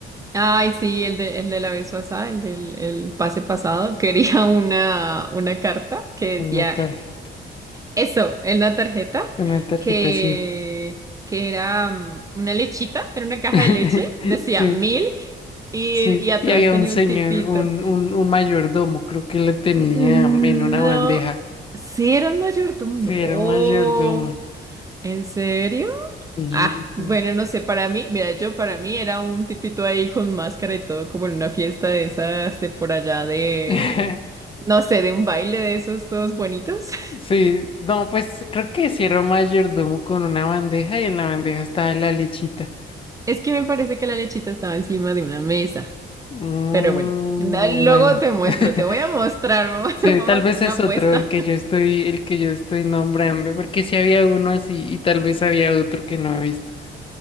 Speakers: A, on the right; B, on the left.
A: Ay, sí, el de, el de la vez pasada, el del el pase pasado, <laughs> quería una, una carta que decía
B: Una tarjeta.
A: Eso, en la tarjeta,
B: Una tarjeta,
A: que,
B: sí.
A: que era mm, una lechita, era una caja
B: <laughs>
A: de leche, decía
B: Sí.
A: milk y,
B: Sí,
A: y atrás
B: y había
A: tenía
B: un señor,
A: un tipito.
B: un, un, un mayordomo, creo que lo tenía
A: Mm,
B: en una
A: No,
B: bandeja.
A: ¿sí era un mayordomo?
B: Sí,
A: No,
B: era un mayordomo.
A: ¿en serio?
B: Sí,
A: Ah, bueno,
B: sí.
A: no sé, para mí, mira, yo para mí era un tipito ahí con máscara y todo, como en una fiesta de esas de por allá de,
B: <laughs>
A: no sé, de un baile de esos todos bonitos. <laughs>
B: Sí, no, pues creo que sí era un mayordomo con una bandeja y en la bandeja estaba la lechita.
A: Es que me parece que la lechita estaba encima de una mesa.
B: Mm,
A: Pero bueno, na- luego
B: bueno.
A: te muestro,
B: <laughs>
A: te voy a mostrar, <laughs> vamos
B: Sí, tal
A: a hacer
B: vez
A: una
B: es
A: apuesta.
B: otro el que yo estoy, el que yo estoy nombrando, porque sí había uno así y tal vez había otro que no he visto.